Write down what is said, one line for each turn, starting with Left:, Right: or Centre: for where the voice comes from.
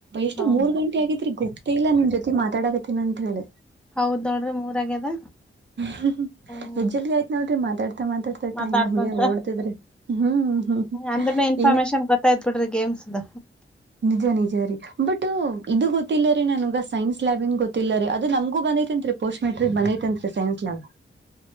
Right: ಎಷ್ಟು
Centre: ಹೌದ
Right: ಮೂರ್ ಗಂಟೆ ಆಗೈತ್ರಿ ಗೊತ್ತೇ ಇಲ್ಲ ನಿಮ್ ಜೊತ್ ತಿ ಮಾತಾಡಕತ್ತಿನ್ ಅಂತ್ ಹೇಳಿ.
Centre: ಹೌದ್ ನೋಡ್ರಿ ಮೂರ್ ಆಗ್ಯದ.
Right: ಹ್ಹ್
Centre: ಹ್ಮ್
Right: ಎಸ್ಟ್ ಜಲ್ದಿ ಆಯ್ತ್ ನೋಡ್ರಿ ಮಾತ್ ತ ಮಾತಾಡ್ತ
Centre: ಮಾತಾಡ್ಕೊಂತ
Right: ಟೈಮ್ ಹೆಂಗೆ ಓಡ್ತದ್ರಿ ಹ್ಮ್ ಹ್ಮ್ ಹ್ಮ್
Centre: ಅಂದ್ರನು ಇನ್ಫಾರ್ಮೇಶನ್
Right: ಏನೇ
Centre: ಗೊತ್ತಾಯ್ತ್ ಬಿಡ್ರಿ ಗೇಮ್ಸ್ದ.
Right: ನಿಜ ನಿಜ ರೀ ಬಟ್. ತು ಇದು ಗೊತ್ತಿಲ್ಲ ರೀ ನನ್ಗ ಸೈನ್ಸ್ ಲ್ಯಾಬಿಂದ್ ಗೊತ್ತಿಲ್ಲ ರೀ ಅದು ನಮ್ಗೂ ಬಂದೈತ್ ಅಂತ್ರಿ ಪೋಸ್ಟ್ ಮೆಟ್ರಿಕ್ ಬಂದೈತ್ ಅಂತ್ರಿ. Science lab.